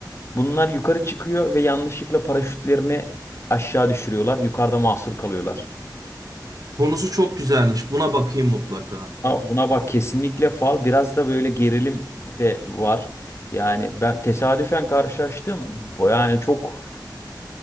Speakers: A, on the left; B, on the right.
A: bunlar yukarı çıkıyor ve yanlışlıkla paraşütlerini aşağı düşürüyorlar yukarıda mahsur kalıyorlar.
B: Konusu çok güzelmiş. Buna bakayım mutlaka.
A: Ha, Buna bak kesinlikle fal biraz da böyle gerilim de var. Yani ben tesadüfen karşılaştım. Bu Yani çok